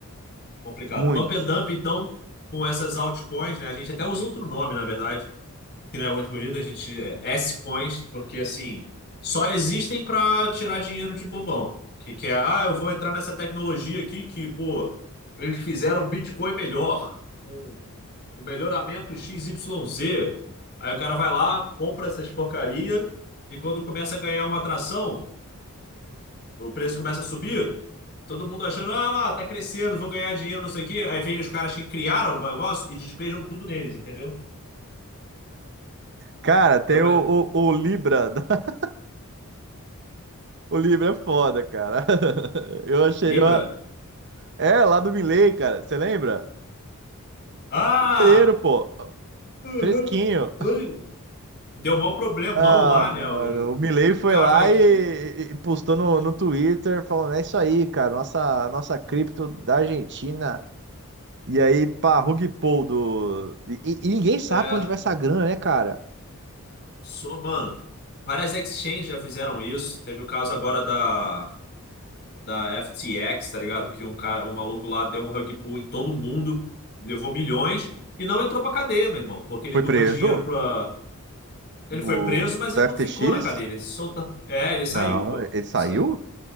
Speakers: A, on the left; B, on the right.
A: complicado.
B: muitos.
A: Pump and dump, então, com essas altcoins, né? A gente até usa outro nome, na verdade. que não é muito bonito, a gente é S-Coins, porque assim, só existem para tirar dinheiro de bobão. Que, que é, ah, eu vou entrar nessa tecnologia aqui que, pô, eles fizeram um Bitcoin melhor, um, um melhoramento x y z Aí o cara vai lá, compra essas porcaria, e quando começa a ganhar uma atração, o preço começa a subir. Todo mundo achando, ah lá, tá crescendo, vou ganhar dinheiro, não sei o quê. Aí vem os caras que criaram o negócio e despejam tudo neles, entendeu?
B: Cara, tem
A: Então
B: o,
A: é
B: o, o Libra, <laughs> o Libra é foda, cara. <laughs> Eu achei,
A: Libra.
B: eu, É, lá do Milley, cara. Você lembra?
A: Ah!
B: Fevereiro, pô.
A: Uhum.
B: Fresquinho.
A: Tô ligado. Deu maior problemão
B: Ah,
A: lá,
B: mano.
A: né? O
B: O Milley
A: que
B: foi
A: o cara
B: lá
A: vai. que
B: e, e-
A: que-
B: e postou no, no Twitter falando: é isso aí, cara. Nossa, nossa cripto da Argentina. E aí, pá, rug pull do. E, e- e ninguém sabe
A: É,
B: pra onde vai essa grana, né, cara?
A: só, mano. Várias exchanges já fizeram isso. Teve o caso agora da, da FTX, tá ligado? Que um cara, um maluco lá deu um rug pull em todo mundo, levou milhões e não entrou pra cadeia, meu irmão. Porque ele
B: Foi
A: doou
B: preso
A: dinheiro pra. Ele
B: do,
A: foi preso, mas
B: do
A: ele
B: FTX?
A: não ficou na cadeia. Ele solta... É, ele saiu,
B: Não,
A: pô.
B: ele saiu?
A: saiu